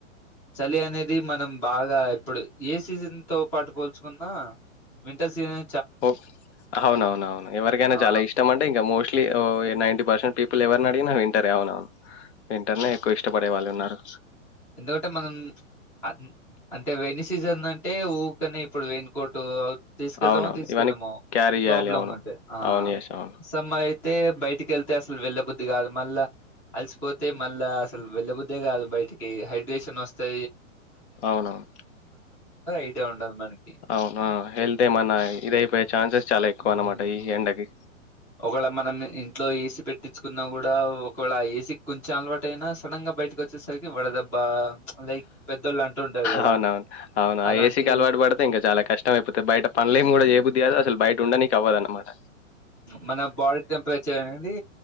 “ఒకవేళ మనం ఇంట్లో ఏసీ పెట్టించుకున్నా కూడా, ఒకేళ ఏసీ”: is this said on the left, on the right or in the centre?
Centre